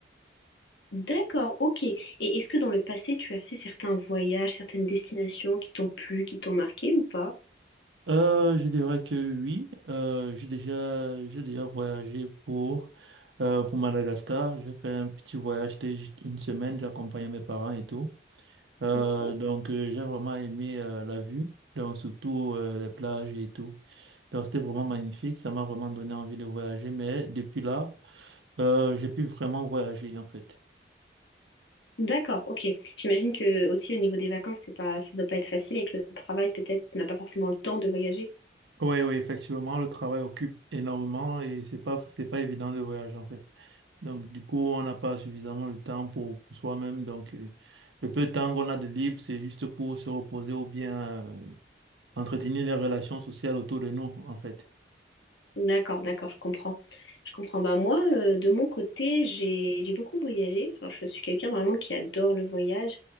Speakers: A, on the left (about 80°); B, on the right (about 85°).
A: D'accord, ok. Et est-ce que dans le passé tu as fait certains voyages, certaines destinations qui t'ont plu, qui t'ont marqué ou pas?
B: Euh, je dirais que oui. Euh, j'ai déjà, j'ai déjà voyagé pour, euh, pour Madagascar. J'ai fait un petit voyage, c'était juste une semaine, j'ai accompagné mes parents et tout. Euh,
A: D'accord.
B: donc, euh, j'ai vraiment aimé euh, la vue, donc surtout euh, les plages et tout. Donc, c'était vraiment magnifique. Ça m'a vraiment donné envie de voyager. Mais depuis là, euh, j'ai pu vraiment voyager en fait.
A: D'accord, ok. J'imagine que aussi au niveau des vacances, c'est pas ça doit pas être facile et que le travail peut-être n'a pas forcément le temps de voyager.
B: Oui, oui, effectivement, le travail occupe énormément et c'est pas, c'est pas évident de voyager en fait. Donc, du coup, on n'a pas suffisamment le temps pour, pour soi-même. Donc, euh, le peu de temps qu'on a de libre, c'est juste pour se reposer ou bien euh, entretenir les relations sociales autour de nous, en fait.
A: D'accord, d'accord, je comprends. Je comprends. Bah moi, euh, de mon côté, j'ai j'ai beaucoup voyagé. Genre, je suis quelqu'un vraiment qui adore le voyage.